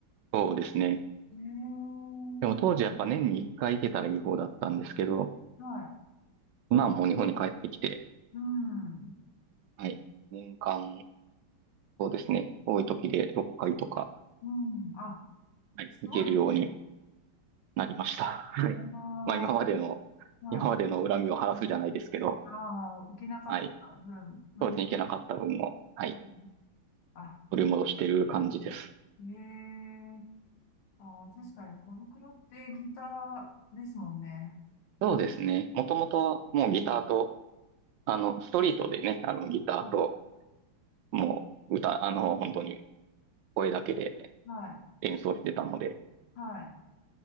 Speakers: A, on the right; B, on the left.
A: そうですね。
B: ええ
A: でも当時やっぱ年に一回行けたらいい方だったんですけど、
B: はい。
A: 今はもう日本に帰ってきて、
B: うん。
A: はい。年間、そうですね。多い時で6回とか、
B: うん。あ、
A: はい、
B: すごいですね。
A: 行けるようになりました。<laughs> はい。
B: あ
A: まあ今までの、
B: あ、はい。
A: 今までの恨みを晴らすじゃないですけど、
B: ああ、行けなかった分、
A: はい。
B: 胸、
A: そうですね。行けなかった分を、はい。
B: うん、あ、
A: 取り戻してる感じです。
B: ええああ、確かに、小袋ってギターですもんね。
A: そうですね。もともともうギターと、あの、ストリートでね、あの、ギターと、
B: あ、
A: もう歌、あの、本当に声だけで
B: はい、
A: 演奏してたので、
B: はい。